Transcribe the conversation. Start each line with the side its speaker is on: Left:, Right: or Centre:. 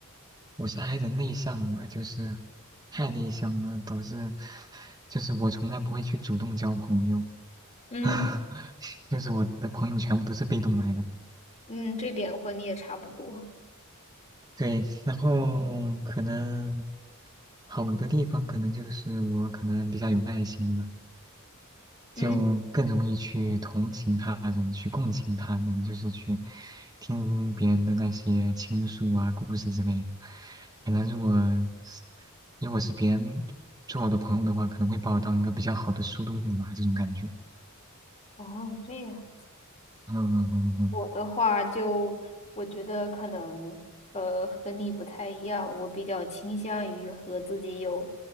Right: 我是 I 人内向嘛，就是太内向了，导致就是我从来不会去主动交朋友，
Left: 嗯
Right: <laughs> 就是我的朋友全部都是被动来的。
Left: 嗯，这点和你也差不多。
Right: 对，然后可能好的地方可能就是我可能比较有耐心吧，
Left: 嗯，
Right: 就更容易去同情他人，去共情他人，就是去听别人的那些倾诉啊、故事之类的。可能如果是如果是别人做我的朋友的话，可能会把我当一个比较好的树洞吧，这种感觉。
Left: 哦，这样。
Right: 嗯嗯嗯嗯
Left: 我的话就，我觉得可能呃和你不太一样，我比较倾向于和自己有